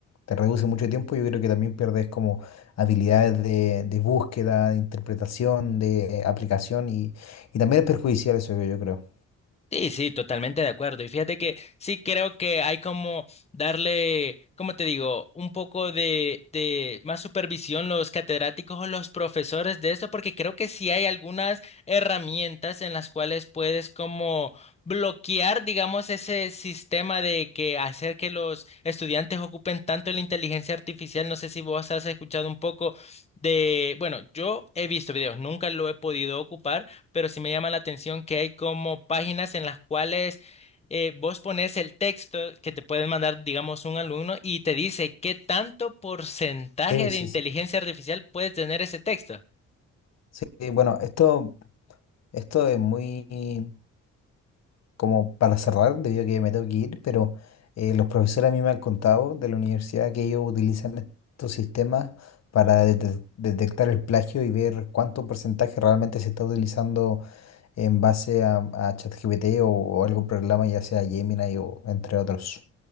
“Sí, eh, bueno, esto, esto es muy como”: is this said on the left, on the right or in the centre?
Left